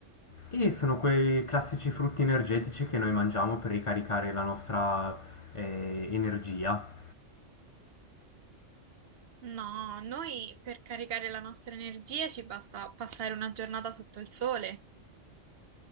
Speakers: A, on the left; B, on the right.
A: E sono quei classici frutti energetici che noi mangiamo per ricaricare la nostra eh, energia.
B: No, noi per caricare la nostra energia ci basta passare una giornata sotto il sole.